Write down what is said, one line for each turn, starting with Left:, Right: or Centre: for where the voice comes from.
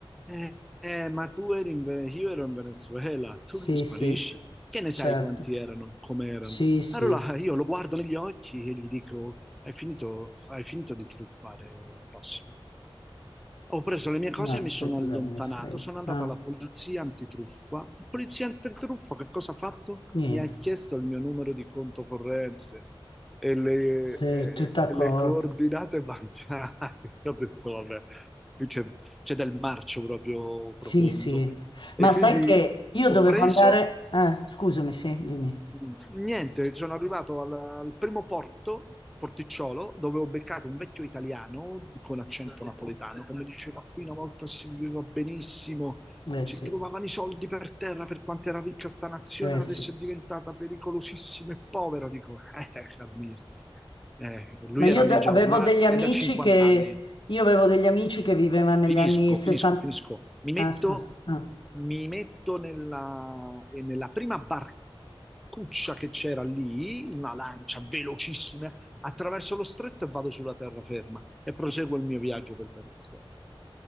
Centre: Eh, eh, ma tu eri in, Ve- io ero in Venezuela, tu
Left: Sì,
Centre: li sparisci.
Left: sì,
Centre: Che ne sai
Left: certo.
Centre: quanti erano, come erano?
Left: Sì, sì.
Centre: Allora io lo guardo negli occhi e gli dico, hai finito, hai finito di truffare il prossimo. Ho preso le mie cose
Left: Ma
Centre: e mi sono
Left: sai cosa
Centre: allontanato.
Left: me ne frega?
Centre: Sono andato
Left: Ah,
Centre: alla polizia antitruffa. La polizia antitruffa che cosa ha fatto?
Left: niente.
Centre: Mi ha chiesto il mio numero di conto corrente e le,
Left: Sei tutta
Centre: e- e
Left: d'accordo.
Centre: le coordinate bancarie. <laughs> Ho detto, vabbè, qui c'è c'è del marcio proprio profondo.
Left: Sì, sì.
Centre: E
Left: Ma
Centre: quindi
Left: sai che io
Centre: ho
Left: dovevo
Centre: preso.
Left: andare... Eh, scusami, sì, dimmi.
Centre: Mm, Niente, sono arrivato al, al primo porto, Porticciolo, dove ho beccato un vecchio italiano con accento napoletano che mi diceva qui una volta si viveva benissimo,
Left: Eh
Centre: si
Left: sì,
Centre: trovavano i soldi per terra per quanto era ricca sta nazione,
Left: eh
Centre: adesso
Left: sì.
Centre: è diventata pericolosissima e povera. Dico, <laughs> eh, caro mio, eh, lui
Left: Ma io
Centre: era lì
Left: de-
Centre: già
Left: avevo
Centre: ormai
Left: degli amici
Centre: da 50
Left: che...
Centre: anni,
Left: Io avevo degli amici che vivevano negli
Centre: Finisco,
Left: anni 60...
Centre: finisco, finisco. Mi metto,
Left: Ah, scusa. Ah.
Centre: mi metto nella, eh, nella prima barcuccia che c'era lì, in una lancia velocissima, attraverso lo stretto e vado sulla terraferma e proseguo il mio viaggio per Venezuela.